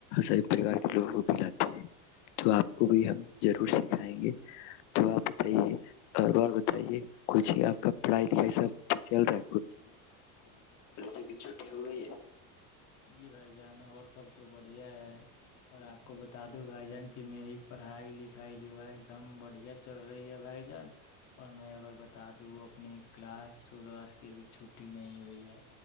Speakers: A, on the left; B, on the left.
A: سب پریوار کے لوگوں کو کھلاتے ہیں تو آپ کو بھی ہم ضرور سکھائیں گے تو آپ بتائیے اور بار بتائیے کچھ ہی آپ کا پڑھائی لکھائی سب پ چل رہ
B: کالجوں کی چھٹی ہو گئی ہے جی بھائی ج ہے نا اور سب تو بڑھیا ہے اور آپ کو بتا دوں بھائی جان کہ میری پڑھائی لکھائی جو ہے ایک دم بڑھیا چل رہی ہے بھائی جان اور میں اگر بتا د اپنے کلاس الاس کے بھی چ چھٹی نہیں ہوئی ہے